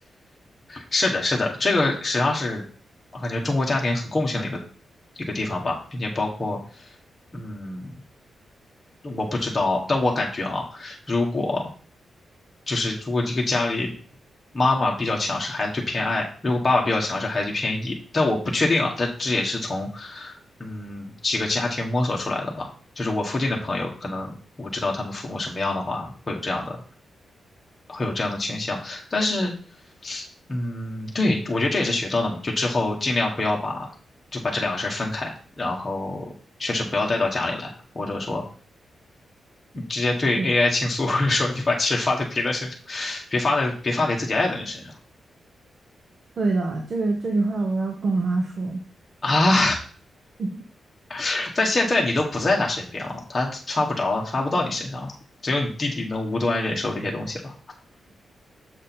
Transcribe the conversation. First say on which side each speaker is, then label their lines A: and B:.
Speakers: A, on the left; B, on the right.
A: 是的，是的，这个实际上是我感觉中国家庭很共性的一个一个地方吧，并且包括嗯我不知道，但我感觉啊，如果就是如果这个家里妈妈比较强势，孩子就偏爱；如果爸爸比较强势，孩子就偏 E。但我不确定啊，但这也是从嗯几个家庭摸索出来的吧。就是我附近的朋友，可能我知道他们父母什么样的话，会有这样的会有这样的倾向。但是嗯，对，我觉得这也是学到的嘛，就之后尽量不要把就把这两个事儿分开，然后确实不要带到家里来，或者说直接对
B: 嗯，
A: AI 倾诉，<laughs> 或者说你把气儿发在别的身上，别发在别发给自己爱的人身上
B: 对的，这个这句话我要跟我妈说。
A: 啊！
B: 嗯
A: <laughs> 但现在你都不在他身边了，他刷不着，刷不到你身上了，只有你弟弟能无端忍受这些东西了。